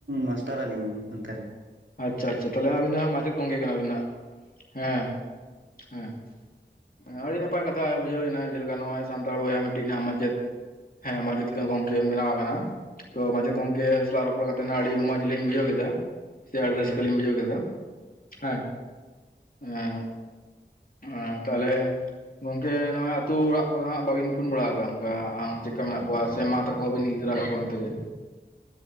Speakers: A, on the right (about 80°); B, on the left (about 50°).
A: ᱢᱟᱥᱴᱟᱨᱟᱞᱤᱧ ᱱᱚᱛᱮ ᱨᱮ
B: ᱟᱪᱪᱷᱟ ᱟᱪᱪᱷᱟ ᱛᱟᱦᱚᱞᱮ ᱟᱹᱵᱤᱱ ᱫᱚ ᱢᱟᱪᱮᱫ ᱜᱚᱝᱠᱮ ᱠᱟᱱᱟᱵᱤᱱ ᱦᱮᱸ ᱦᱮᱸ ᱦᱮ ᱟᱹᱰᱤ ᱱᱟᱯᱟᱭ ᱠᱟᱛᱷᱟ ᱵᱩᱡᱷᱟᱹᱣᱱᱟ ᱡᱮᱞᱮᱠᱟ ᱱᱚᱜᱼᱚᱭ ᱥᱟᱱᱛᱟᱲ ᱵᱚᱭᱦᱟ ᱢᱤᱫᱴᱤᱡ ᱱᱟ ᱢᱟᱪᱮᱫ ᱦᱮᱸ ᱢᱟᱡᱮᱛᱠᱟ ᱜᱚᱝᱠᱮ ᱵᱮᱱᱟᱣ ᱟᱠᱟᱱᱟ ᱛᱚ ᱢᱟᱪᱮᱫ ᱜᱚᱝᱠᱮ ᱥᱟᱞᱟᱜ ᱨᱚᱯᱚᱲ ᱠᱟᱛᱮᱫ ᱱᱟᱜ ᱟᱰᱤ ᱢᱚᱸᱡᱽ ᱞᱤᱧ ᱵᱩᱡᱷᱟᱹᱣ ᱠᱮᱫᱟ᱾ ᱥᱮ ᱟᱰᱤ
A: ᱦᱮᱸ
B: ᱨᱟᱹᱥᱠᱟᱹ ᱞᱤᱧ ᱵᱩᱡᱷᱟᱹᱣ ᱠᱮᱫᱟ ᱦᱮᱸ ᱮᱸ ᱟᱨ ᱛᱟᱦᱟᱞᱮ ᱜᱚᱝᱠᱮ ᱱᱚᱜᱚᱭ ᱟᱛᱩ ᱚᱲᱟᱜ ᱠᱚᱨᱮᱱᱟᱜ ᱵᱟᱵᱤᱱ ᱯᱷᱳᱱ ᱵᱟᱲᱟ ᱟᱠᱟᱫ ᱚᱱᱠᱟ ᱟ ᱪᱮᱫᱠᱟ ᱢᱮᱱᱟᱜ ᱠᱚᱣᱟ? ᱥᱮ ᱢᱟ ᱛᱟᱠ ᱠᱚᱦᱚᱸ ᱵᱤᱱ ᱤᱫᱤ ᱫᱟᱨᱟ ᱠᱟᱜ ᱠᱚᱣᱟ ᱚᱱᱛᱮᱜᱮ?